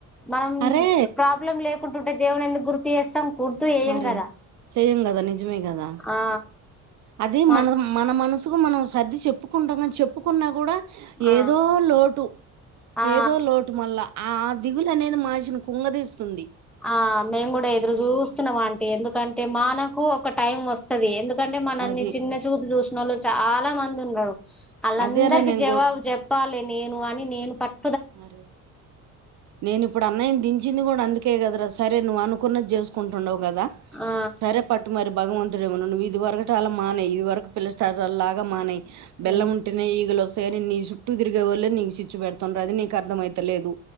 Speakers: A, in the centre; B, on the right.
A: మనం
B: అరే
A: ప్రాబ్లం లేకుంటుంటే దేవున్ని ఎందుకు గుర్తు చేస్తాం గుర్తు చేయం
B: మరే
A: కదా
B: చెయ్యం కదా నిజమే కదా
A: ఆ
B: అది
A: మ
B: మన మనసుకు మనం సర్ది చెప్పుకుంటాం కని చెప్పుకున్నా కూడా
A: ఆ
B: ఏదో లోటు
A: ఆ
B: ఏదో లోటు మళ్ళా ఆ దిగులు అనేది మాషిని కుంగదీస్తుంది
A: ఆ మేము కూడా ఎదురు
B: ఉమ్,
A: చూస్తున్నాం అంటి ఎందుకంటే మానకు ఒక టైం వస్తది ఎందు కంటే మనల్ని
B: అది
A: చిన్న చూపు చూసిన వాళ్ళు చాలా మంది ఉన్నారు వాళ్ళందరికి
B: అదేరా నేను
A: జవాబు చెప్పాలి నేను అని నేను పట్
B: అరే నేను ఇప్పుడు అన్నయ్యను దించ్ కూడా అందుకే కదరా సరే నువ్వు అనుకున్నది చేసుకుంటుండవు కదా
A: ఆ
B: సరే పట్టు మరి భగవంతుడే ఉన్నాడు నువ్వు ఇది వరకు అలా మానేయ్ ఇది వరకు పిల్లసస్టలాగా మానేయ్ బెళ్ళం
A: ఉమ్
B: ఉంటేనే ఈగలోస్తాయని నీ చుట్టూ తిరిగే వాళ్లే నీ చిచ్చు పెడతా తండ్రు అది నీకు అర్ధమైత లేదు